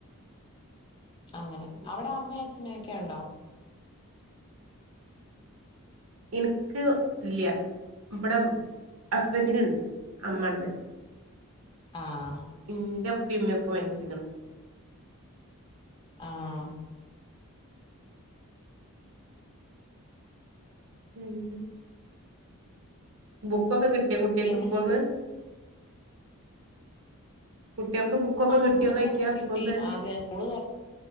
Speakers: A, on the left (about 20°); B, on the right (about 65°).
A: അങ്ങനെ
B: ഉം
A: അവിടെ അമ്മ അച്ഛനൊക്കെ ഉണ്ടോ
B: ഇനിക്ക് ഇല്ല ഇവടെ ഹസ്ബന്റിന്ണ്ട് അമ്മ ഇണ്ട്
A: ആഹ്
B: ഇന്റെ ഇപ്പീ ഇമ്മയൊക്കെ മരിച്ചിക്കിണ്
A: ആഹ്
B: ഉം ബുക്കൊക്കെ കിട്ടിയോ കുട്ടിയാൾക്ക്
A: പിന്നെ
B: സ്കൂൾന്ന് കുട്ടിയേൾക്ക് ബുക്കൊക്കെ
A: ആ
B: കിട്ടിയോന്നോയ്ക്കാ
A: ബുസ്തങ്ങളൊക്കെ കിട്ടി
B: സ്കൂൾന്നന്നെ
A: ആ സ്കൂള് തുറന്ന